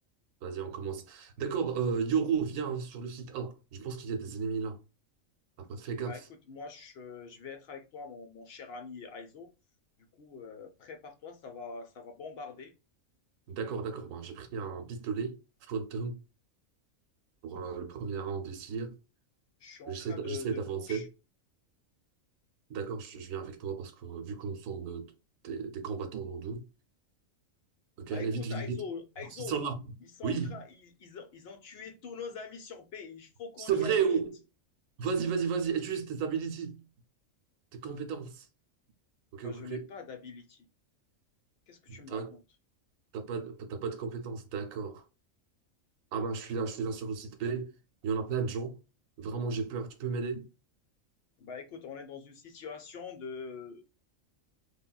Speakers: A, on the right; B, on the left.
A: vas-y, on commence. D'accord, euh, Yoru, viens sur le site A. Je pense qu'il y a des ennemis là. Ah, bah, fais gaffe.
B: Bah, écoute, moi, je, je vais être avec toi, mon, mon cher ami Aizo. Du coup, euh, prépare-toi, ça va, ça va bombarder.
A: D'accord, d'accord, bon, j'ai pris un pistolet, Phantom, pour euh, le premier round ici.
B: Je suis en
A: J'essaie
B: train
A: d-
B: de,
A: j'essaie
B: de
A: d'avancer.
B: push.
A: D'accord, je, je viens avec toi parce que euh, vu qu'on semble euh, des, des combattants en deux. Ok,
B: Bah
A: allez,
B: écoute,
A: vite, vite,
B: Aizo,
A: vite.
B: Aizo,
A: Bon, ils sont là.
B: ils sont
A: Oui,
B: en train, ils, ils ont, ils ont tué tous nos amis sur B. Il faut qu'on
A: c'est
B: y
A: vrai.
B: aille vite.
A: oh. Vas-y, vas-y, vas-y, utilise tes abilities, tes compétences.
B: Bah
A: Ok, ok,
B: je
A: ok.
B: n'ai pas d'ability. Qu'est-ce que
A: D'ac-
B: tu me racontes?
A: T'as pas, de- t'as pas de compétences, d'accord. Ah bah, je suis là, je suis là sur le site B. Il y en a plein de gens. Vraiment, j'ai peur. Tu peux m'aider?
B: Bah écoute, on est dans une situation de,